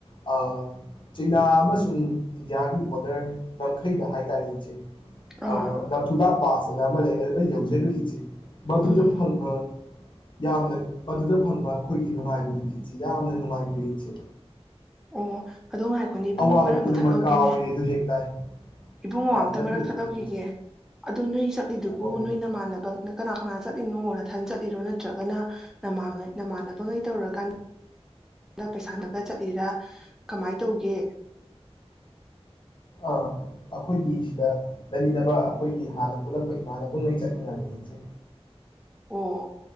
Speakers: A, on the left (about 50°); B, in the centre.
A: ꯑ ꯆꯤꯅꯥ ꯑꯃꯁꯨꯡ ꯏꯟꯗꯤꯌꯥꯒꯤ ꯕꯣꯗꯔ ꯉꯝꯈꯩꯗ ꯍꯥꯏꯇꯥꯔꯦ ꯏꯆꯦ ꯑ
B: ꯑꯥ
A: ꯅꯝꯊꯨꯂꯥ ꯕꯥꯁ ꯑꯃ ꯂꯩ ꯑꯗꯨꯗ ꯌꯧꯖꯔꯨꯏ ꯏꯆꯦ ꯃꯗꯨꯗ
B: ꯎꯝ
A: ꯐꯪꯕ ꯌꯥꯝꯅ ꯃꯗꯨꯗ ꯐꯪꯕ ꯑꯩꯈꯣꯏꯒꯤ ꯅꯨꯡꯉꯥꯏꯕꯗꯨꯗꯤ ꯏꯆꯦ ꯌꯥꯝꯅ ꯅꯨꯡꯉꯥꯏꯈ꯭ꯔꯦ ꯏꯆꯦ
B: ꯑꯣ ꯑꯗꯣ ꯉꯥꯏꯈꯣꯅꯦ ꯏꯕꯨꯡꯉꯣ
A: ꯑꯋꯥꯕ
B: ꯃꯔꯛ
A: ꯄꯨꯝꯅꯃꯛ
B: ꯑꯝꯇ ꯊꯠꯍꯧꯒꯦꯅꯦ
A: ꯀꯥꯎꯋꯦ ꯑꯗꯨ ꯍꯦꯛ ꯇꯥꯏ
B: ꯏꯕꯨꯡꯉꯣ
A: ꯑ
B: ꯑꯝꯇ
A: ꯊꯥꯕꯤꯌꯨ
B: ꯃꯔꯛ
A: ꯊꯥꯕꯤꯌꯨ
B: ꯊꯠꯍꯧꯈꯤꯒꯦ
A: ꯏꯆꯦ
B: ꯑꯗꯨ ꯅꯣꯏ ꯆꯠꯂꯤꯗꯨꯕꯨ
A: ꯍꯣꯏ ꯍꯣꯏ
B: ꯅꯣꯏ ꯅꯃꯥꯟꯅꯕꯅ ꯀꯅꯥ ꯀꯅꯥ ꯆꯠꯂꯤꯅꯣ ꯅꯊꯟ ꯆꯠꯂꯤꯔꯣ ꯅꯠꯇ꯭ꯔꯒꯅ ꯅꯃꯥꯡ ꯅꯃꯥꯟꯅꯕꯒꯩ ꯇꯧꯔꯀꯥꯟꯗ ꯗ ꯄꯩꯁꯥꯅꯒ ꯆꯠꯂꯤꯔꯥ ꯀꯃꯥꯏ ꯇꯧꯒꯦ
A: ꯑ ꯑꯈꯣꯏꯒꯤ ꯁꯤꯗ ꯂꯩꯃꯤꯟꯅꯕ ꯑꯩꯈꯣꯏꯒꯤ ꯍꯥꯟꯅ ꯄꯨꯂꯛꯄ ꯏꯃꯥꯟꯅꯕꯒꯩ ꯆꯠꯃꯤꯟꯅꯕꯅꯤ ꯏꯆꯦ
B: ꯑꯣ